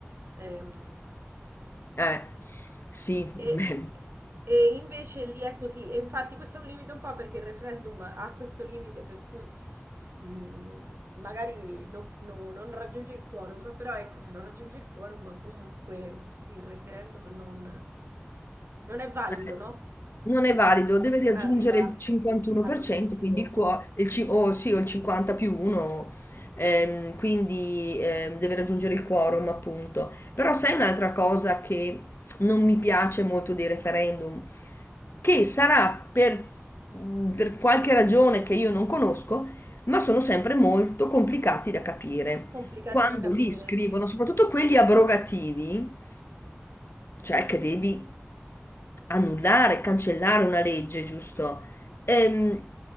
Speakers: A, on the right; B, on the left.
A: Ehm,
B: Eh, sì,
A: e,
B: <laughs> beh,
A: e invece lì è così. E infatti questo è un limite un po' perché il referendum ha questo limite per cui mh, magari non, no- non raggiunge il quorum, però ecco, se non raggiunge il quorum comunque il referendum non, non è valido,
B: Eh,
A: no?
B: non
A: Non,
B: è valido, deve riaggiungere
A: non arriva
B: il 51%,
A: all'obiettivo.
B: quindi il qua- il ci- o sì, o il 50 più 1, quindi ehm, deve raggiungere il quorum, appunto. Però sai un'altra cosa che non mi piace molto dei referendum, che sarà per, per qualche ragione che io non conosco, ma sono sempre molto complicati da capire
A: Complicati
B: quando
A: da capire,
B: li scrivono,
A: sì.
B: soprattutto quelli abrogativi, cioè che devi annullare, cancellare una legge, giusto? Ehm,